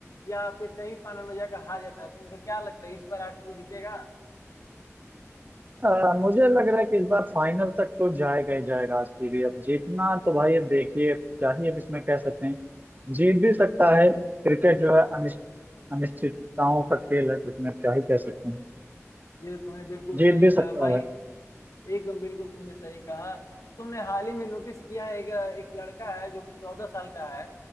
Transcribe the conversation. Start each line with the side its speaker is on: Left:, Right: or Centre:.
Left: या फिर सेमीफाइनल में जाकर हार जाता है तुमको क्या लगता है इस बार आरसीबी जीतेगा
Right: अ, मुझे लग रहा है कि इस बार फाइनल तक तो जाएगा ही जाएगा आरसीबी अब जीतना तो भाई अब देखिए क्या ही अब इसमें कह सकते हैं जीत भी सकता है क्रिकेट जो है अनिश्च- अनिश्चितताओं का खेल है तो इसमें क्या ही कह सकते हैं
Left: ये तो तुमने बिल्कुल सही
Right: जीत भी
Left: कहा
Right: सकता
Left: भाई
Right: है
Left: एकदम बिल्कुल तुमने सही कहा तुमने हाल ही में नोटिस किया है एक, एक लड़का है जो कि चौदह साल का है